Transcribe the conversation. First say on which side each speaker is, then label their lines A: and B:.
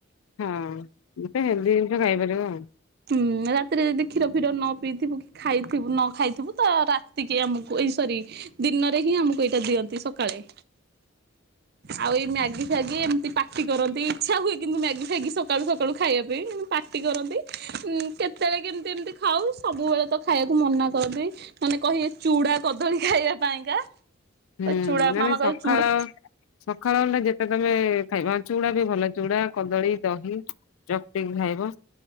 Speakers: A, on the left; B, on the right.
A: ହଁ ମତେ ହେଲ୍ଦି ଜିନିଷ ଖାଇପାରିବ ଆଉ।
B: ଉଁ ରାତିରେ ଯଦି କ୍ଷୀର ଫ୍ୀର ନ ପିଇଥିବୁ କି ଖାଇଥିବୁ ନ ଖାଇଥିବୁ ତ ରାତିକି ଆମକୁ ଏଇ ସରି ଦିନରେ ହିଁ ଆମକୁ ଏଇଟା ଦିଅନ୍ତି ସକାଳେ। ଆଉ ଏଇ ମ୍ୟାଗି ଫଗି ଏମିତି ପାଟି କରନ୍ତି ଇଚ୍ଛା ହୁଏ କିନ୍ତୁ ମ୍ୟାଗି ଫଗି ସକାଳୁ କାଳୁ ଖାଇବା ପାଇଁ ପାର୍ଟି କରନ୍ତି କେତେବେଳେ କେମିତି ଏମିତି ଖାଉ ସବୁବେଳେ ତ ଖାଇବାକୁ ମନା କରଦି ମାନେ କହିବେ ଚୁଡା କଦଳୀ ଖାଇବା ପାଇଁକା।
A: ହୁଁ
B: ପ ଚୁଡ଼ା
A: ମାନେ
B: ମାମା
A: ସକାଳ
B: କହୁ ଚୁଡ଼ା
A: ସକାଳ ଖଣ୍ଡେ ଯେତେ ତମେ ଖାଇବା ଚୁଡା ବି ଭଲ ଚୁଡା କଦଳୀ ଦହି ଚତିିକ ଖାଇବ।